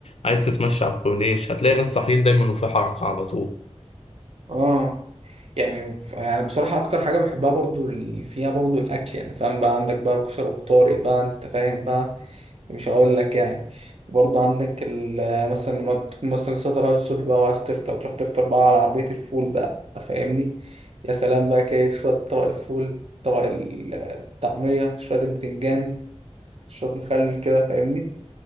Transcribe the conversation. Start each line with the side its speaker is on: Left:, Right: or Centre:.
Left: عايز تتمشى على الكورنيش هتلاقي ناس صاحيين دايما وفي حركة على طول
Right: اه يعني ف- يعني بصراحة أكتر حاجة بحبها برضو اللي فيها برضو الأكل يعني فاهم بقى عندك بقى كشري بطارق بقى أنت فاهم بقى مش هقول لك يعني برضو عندك ال- مثلا لما تكون مثلا لسه طالع الصبح بقى وعايز تفطر تروح تفطر بقى على عربية الفول بقى فاهمني يا سلام بقى كده شوية طبق الفول طبق ال- الطعمية شوية البتنجان شوية مخلل كده فاهمني